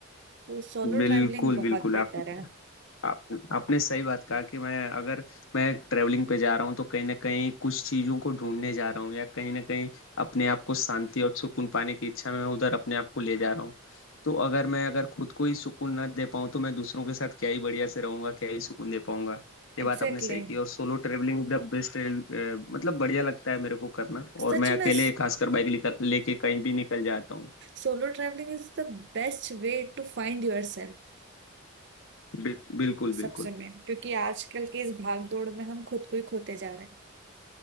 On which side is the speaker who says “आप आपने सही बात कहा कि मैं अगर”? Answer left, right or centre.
Left